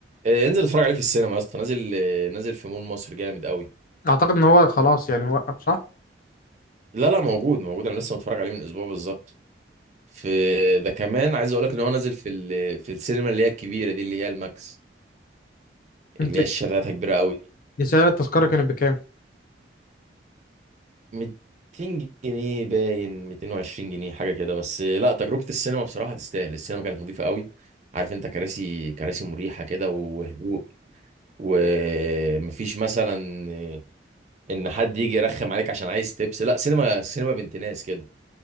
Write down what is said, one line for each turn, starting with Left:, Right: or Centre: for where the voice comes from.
Right: آه، انزل اتفرج عليه في السينما يا اسطى نازل آه، نازل في مول مصر جامد قوي
Left: اعتقد ان هو خلاص يعني وقف صح
Right: لا لا موجود موجود انا لسه متفرج عليه من اسبوع بالظبط في ده كمان عايز اقول لك ان هو نازل في ال... في السينما اللي هي الكبيره دي اللي هي الماكس
Left: انت
Right: اللي هي الشغافة كبيرة قوي
Left: سعر التذكره كانت بكام
Right: 200 جنيه باين 220 جنيه حاجة كده بس لا تجربة السينما بصراحة تستاهل السينما كانت نظيفة قوي عارف انت كراسي كراسي مريحة كده وهدوء ومفيش مثلا ان حد يجي يرخم عليك عشان عايز تبس لا سينما سينما بنت ناس كده